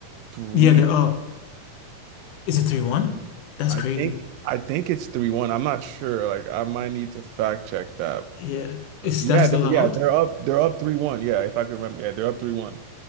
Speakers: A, on the right; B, on the left.
A: three.
B: Yeah, they're up. Is it 3-1? That's
A: I
B: crazy.
A: think I think it's three one. I'm not sure. Like I might need to fact check that.
B: Yeah. Is
A: Uh, Yeah,
B: Steph still
A: they're
B: out?
A: yeah, they're up they're up three one. Yeah, if I can remember. Yeah, they're up three one.